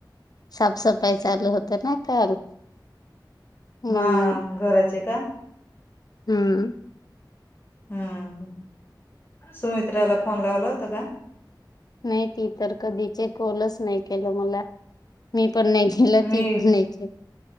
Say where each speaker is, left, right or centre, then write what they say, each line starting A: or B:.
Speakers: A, on the left; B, on the left.
A: साप काय चालू होतं ना काल म्हणून
B: हा घराचे का
A: हम्म
B: हम्म सुमित्राला फोन लावला होत का
A: नाही ती तर कधीचे कोलच नाही केलं मला मी पण नाही केलं
B: मी
A: ती पण नाही केली